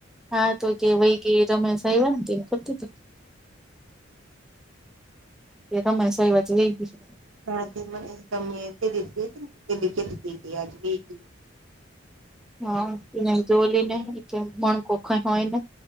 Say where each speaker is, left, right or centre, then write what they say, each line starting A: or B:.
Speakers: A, in the centre; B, on the right.
A: હા તો કે વય કે રમેશ આવ કરતી- એક હસ એ વચઈ-
B: હા તે મને તમે તેી ને કેજ-
A: હા એનેમ જોલી ને મણકો ખઈ હોય ને